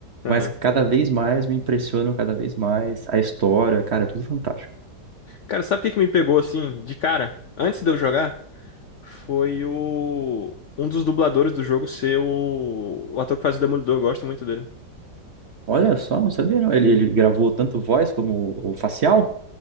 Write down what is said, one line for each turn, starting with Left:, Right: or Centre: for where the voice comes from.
Left: aham.
Right: Mas cada vez mais me impressionam cada vez mais a história. Cara, é tudo fantástico.
Left: Cara, sabe o que que me pegou assim, de cara, antes de eu jogar? Foi o. Um dos dubladores do jogo ser o, o ator que faz o Demolidor, eu gosto muito dele.
Right: Olha só, não sabia não. Ele, ele gravou tanto voz como o facial?